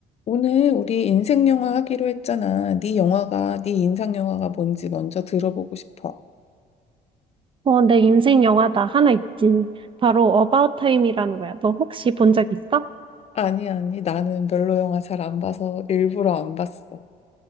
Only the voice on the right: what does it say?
어, 내 인생 영화 나 하나 있지. 바로 어바웃 타임이라는 거야. 너 혹시 본 적 있어?